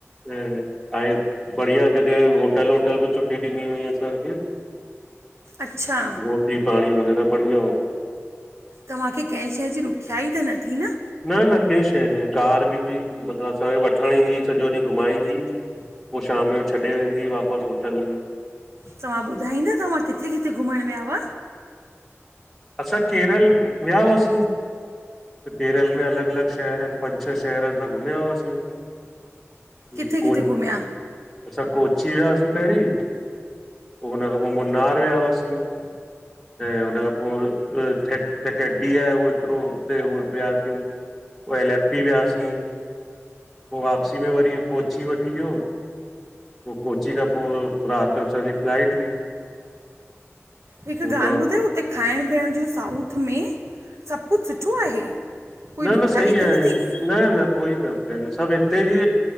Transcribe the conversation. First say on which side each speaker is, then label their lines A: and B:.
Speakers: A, in the centre; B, on the right.
A: ऐं आहे बढ़िया जॻहि होटल वोटल बि सुुठी ॾिनी हुई असांखे।
B: अच्छा!
A: रोटी पाणी वग़ैरह बढ़िया हो।
B: तव्हांखे कंहिं शइ जी ॾुखियाई त न थी न?
A: न न कंहिं शइ न, कार बि हुई मतिलबु असांखे वठणु ईंदी हुई सॼो ॾींहुं घुमाईंदी पो शाम जो छॾे वेंदी वापसि होटल में
B: तव्हां ॿुधाईंदा तव्हां किथे किथे घुमणु वियाव?
A: असां केरल विया हुआसीं। त केरल में अलॻि अलॻि शहर पंज छह शहर असां घुमिया हुयासीं।
B: किथे
A: ई
B: किथे
A: कोट
B: घुमिया
A: <inaudible> असां कोच्ची विया सीं पहिरीं, पो उन खां पो मुन्नार विया हुआसीं। ऐं हुन खां पो केडी <unintelligible> आहे हिकड़ो उते उ वियासीं पो एल एफ पी वियासीं, पो वापसी में वरी कोच्ची वठी वियो पो कोच्ची खां पो राति जो असांजी फ्लाइट हुई।
B: हिक ॻाल्हि
A: हुतां
B: ॿुधायो, उते खाइण पींअण जो साउथ में सभु कुछु सुठो आहे? कोई
A: न
B: ॾुखियाई
A: न सही
B: त
A: आहे
B: न थींदी
A: न न कोई न सभु हिते जी